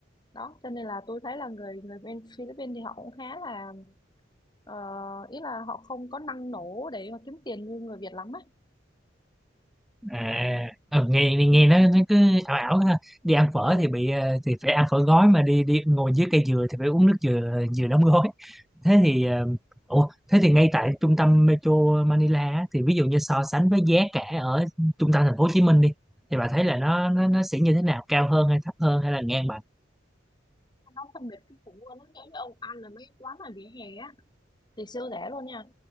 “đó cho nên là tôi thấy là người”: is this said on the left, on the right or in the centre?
Left